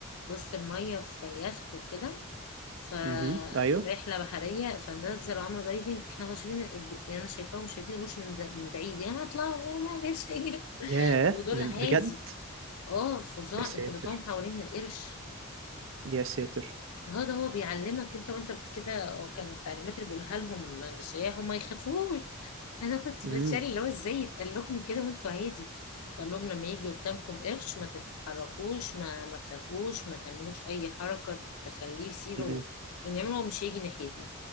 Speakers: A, on the left (about 80°); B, on the right (about 60°).
A: وسط الميه في يخت وكده فرحله
B: مم. أيوه
A: بحريه فنزل عمرو دايفنج احنا مش شايفين يعني انا شايفاهم شايفين القرش من, ده- من بعيد يا ما اطلعوا يا ما قدرش يجي
B: ياه
A: ودول
B: من
A: عازي
B: بجد
A: اه فظاع
B: يا ساتر
A: انت بتقوم حوالين القرش
B: يا ساتر
A: هو ده هو بيعلمك انت وانت بت- كده وكان التعليمات اللي بيقولها لهم للسياح هم ما يخافوش <laughs> انا كنت
B: مم.
A: بتشاري اللي هو ازاي يتقال لكم كده وانتوا عادي قال لهم لما يجي قدامكم قرش ما تتحركوش ما ما تخافوش ما تعملوش اي حركه تخليه يصير
B: مم.
A: ونعمله هو مش هيجي ناحيتك